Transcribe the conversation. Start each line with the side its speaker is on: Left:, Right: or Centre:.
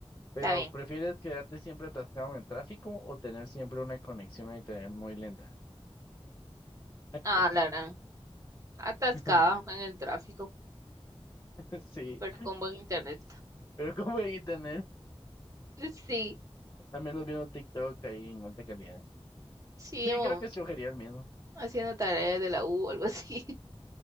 Left: Pero,
Right: Está bien.
Left: ¿prefieres quedarte siempre atascado en el tráfico o tener siempre una conexión a internet muy lenta? <laughs> Acuérdate.
Right: Ah, la gran. Atascada
Left: <laughs>
Right: en el tráfico,
Left: Sí,
Right: pero con buen internet.
Left: pero cómo en internet,
Right: Sí,
Left: al menos viendo TikTok ahí en alta calidad.
Right: sí,
Left: Sí,
Right: o
Left: creo que escogería el mismo.
Right: haciendo tareas de la U o algo así.